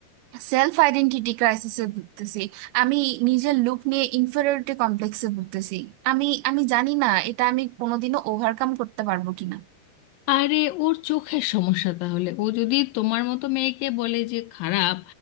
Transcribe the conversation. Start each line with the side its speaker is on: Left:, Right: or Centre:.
Right: সেলফ আইডেন্টিটি ক্রাইসিসে ভুগতেছি আমি নিজের লুক নিয়ে ইনফেরিয়রিটি কমপ্লেক্সে ভুগতেছি আমি আমি জানি না এটা আমি কোনোদিনও ওভারকাম করতে পারবো কিনা
Left: আরে ওর চোখের সমস্যা তাহলে ও যদি তোমার মতো মেয়েকে বলে যে খারাপ